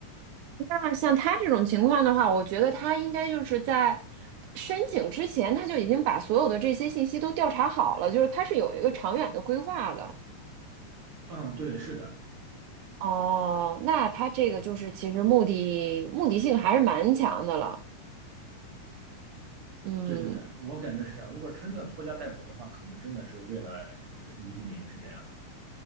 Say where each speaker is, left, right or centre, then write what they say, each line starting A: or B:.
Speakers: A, on the right; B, on the right.
A: 那像他这种情况的话，我觉得他应该就是在申请之前他就已经把所有的这些信息都调查好了，就是他是有一个长远的规划的。
B: 嗯，对，是的，
A: 哦，那他这个就是其实目的目的性还是蛮强的了。嗯。
B: 对对对，我感觉是这样。如果真的拖家带口的话，可能真的是为了呃移民是这样。